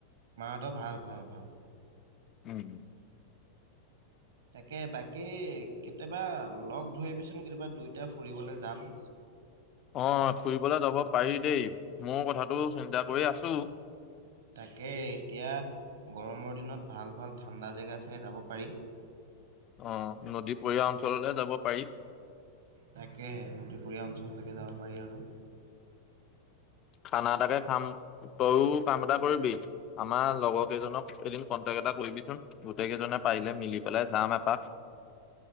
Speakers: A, on the right (about 60°); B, on the left (about 30°).
A: মাহঁতৰ ভাল ভাল ভাল।
B: উম
A: তাকে বাকী কেতিয়াবা লগ ধৰিবিচোন কেতিয়াবা দুইটাই ফুৰিবলৈ যাম।
B: অঁ ফুৰিবলৈ যাব পাৰি দেই, মোও কথাটো চিন্তা কৰি আছো।
A: তাকেই এতিয়া গৰমৰ দিনত ভাল ভাল ঠাণ্ডা জেগা চাই যাব পাৰি
B: অঁ নদীপৰীয়া অঞ্চললে যাব পাৰি।
A: তাকেহে নদীপৰীয়া অঞ্চললেকে যাব পাৰি আৰু
B: খানা এটাকে খাম তয়ো কাম এটা কৰিবি, আমাৰ লগৰকেইজনক এদিন কন্টেক এটা কৰিবিচোন গোটেইকেইজনে পাৰিলে মিলি পেলাই যাম এপাক।